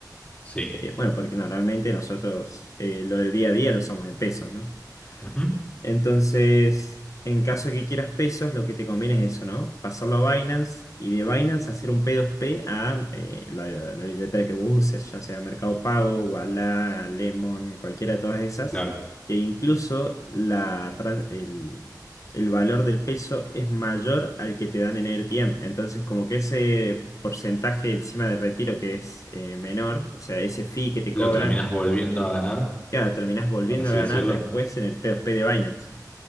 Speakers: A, on the left (about 20°); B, on the left (about 50°).
A: Sí.
B: Eh, bueno, porque normalmente nosotros eh, lo del día a día lo usamos en pesos, ¿no?
A: Ujú.
B: Entonces, en caso de que quieras pesos, lo que te conviene es eso, ¿no? Pasarlo a Binance y de Binance hacer un P2P a eh, la, la billetera que vos uses, ya sea Mercado Pago, Ualá, Lemon, cualquiera de todas esas,
A: Claro.
B: que incluso la, tran- el, el valor del peso es mayor al que te dan en AirTM. Entonces, como que ese porcentaje encima de retiro que es eh, menor, o sea, ese fee que te
A: Lo
B: cobran,
A: terminás volviendo a ganar,
B: claro, terminás volviendo
A: por así
B: a ganar
A: decirlo.
B: después en el P2P de Binance.